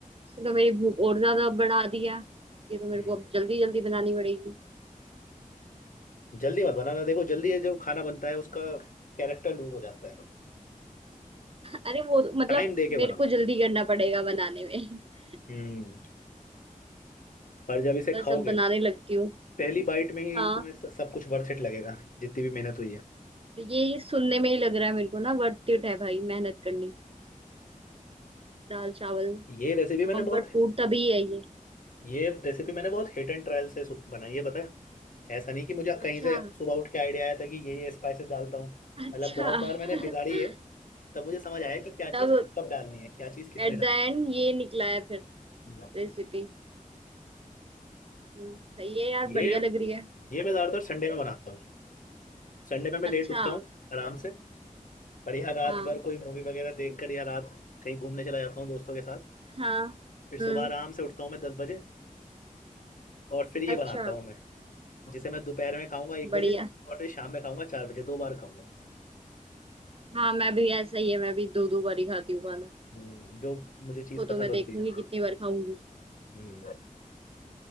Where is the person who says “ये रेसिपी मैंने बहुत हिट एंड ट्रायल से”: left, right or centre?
Left